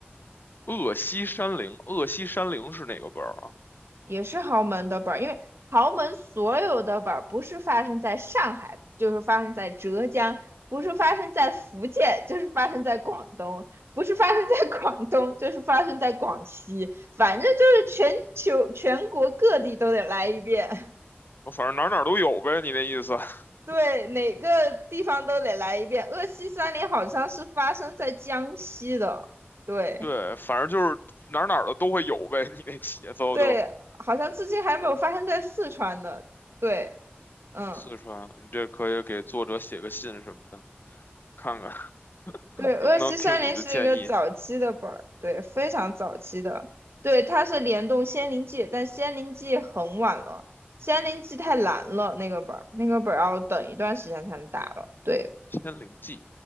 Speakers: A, on the left; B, on the right.
A: 鄂西山灵，鄂西山灵是哪个本儿啊？
B: 也是豪门的本儿，因为豪门所有的本儿不是发生在上海，就是发生在浙江；不是发生在福建，就是发生在广东；不是发生在广东，就是发生在广西。反正就是全球全国各地都得来一遍，
A: 反正哪儿哪儿都有呗，你那意思？<laughs>
B: <laughs> 对，哪个地方都得来一遍。鄂西三林好像是发生在江西的，对
A: 对，反正就是哪儿哪儿的都会有呗，你那节奏就
B: 对，好像至今还没有发生在四川的，对，嗯。
A: 四川，你这可以给作者写个信什么的，看看 <laughs>
B: 对，鄂西山林是一个早期的本儿，
A: 能不能听你的建议。
B: 对，非常早期的。对，它是联动《仙灵记》，但《仙灵记》很晚了，《仙灵记》太难了，那个本儿，那个本儿要等一段时间才能打了。对，
A: 《千灵记》